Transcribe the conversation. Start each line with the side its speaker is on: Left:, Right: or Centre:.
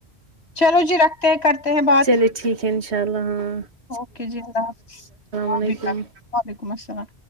Left: چلو جی رکھتے ہیں کرتے ہیں بات
Right: چلیے ٹھیک ہے ان شاء اللہ اں
Left: اوکے جی اللہ حافظ
Right: علیکم
Left: مبیکم وعلیکم السلام